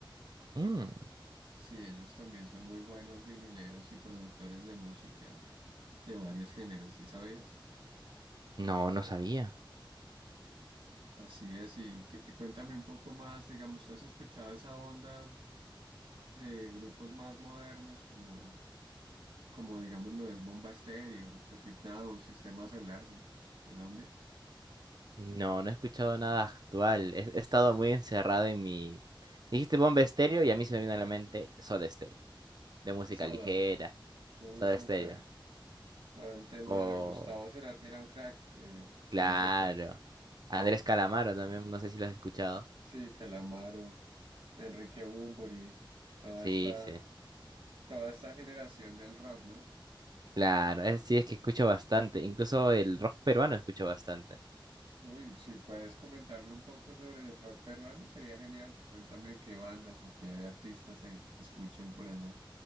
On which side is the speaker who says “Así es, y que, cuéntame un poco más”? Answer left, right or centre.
Right